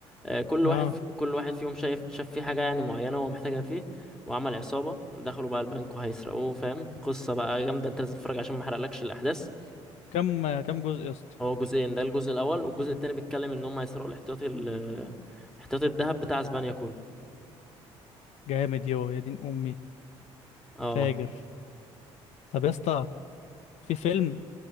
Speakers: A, in the centre; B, on the left.
A: آه، كل
B: اه
A: واحد في- كل واحد فيهم شايف شاف فيه حاجة يعني معينة هو محتاجها فيه وعمل عصابة دخلوا بقى البنك وهيسرقوه فاهم قصة بقى جامدة انت لازم تتفرج عشان ما احرقلكش الاحداث
B: كم كم جزء يا اسطى
A: هو جزئين ده الجزء الاول والجزء التاني بيتكلم ان هم هيسرقوا الاحتياطي ال احتياطي الذهب بتاع اسبانيا كله
B: جامد يو يا دين امي
A: اه
B: فاجر طب يا اسطى في فيلم